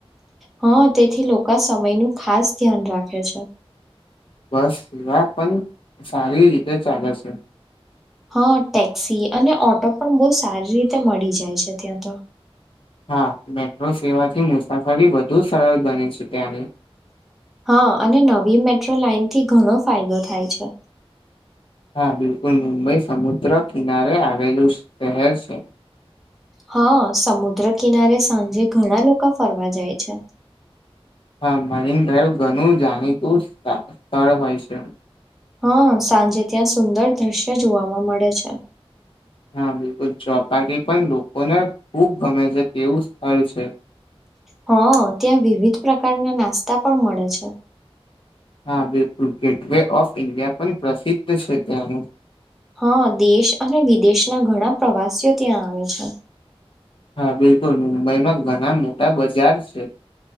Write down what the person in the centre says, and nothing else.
હ તેથી લોકા સમયનું ખાસ ધ્યાન રાખે છે
હ ટેક્સી અને ઓટો પણ બો સારી રીતે મળી જાય છે ત્યાં તો
હ અને નવી મેટ્રો લાાઈનથી ઘણો ફાયદો થાય છે
હ સમુદ્ર કિનારે સાંજે ઘણા લોકા ફરવા જાય છે
હ સાંજે ત્યાં સુંદર દ્રશ્ય જોવાવામાં મળે છે
હ ત્યાં વિવિધ પ્રકારના નાસ્તા પણ મળે છે.
હ દેશ અને વિદેશના ઘણા પ્રવાસીઓ ત્યાં આવે છે.